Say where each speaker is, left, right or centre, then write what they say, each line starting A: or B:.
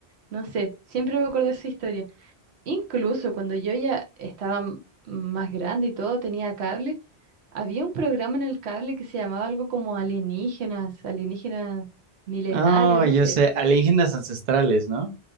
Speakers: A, on the right; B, on the right.
A: no sé, siempre me acuerdo de esa historia. Incluso cuando yo ya estaba m- más grande y todo, tenía cable, había un programa en el cable que se llamaba algo como alienígenas, alienígenas milenarios,
B: Ah,
A: no
B: yo
A: sé.
B: sé, alienígenas ancestrales, ¿no?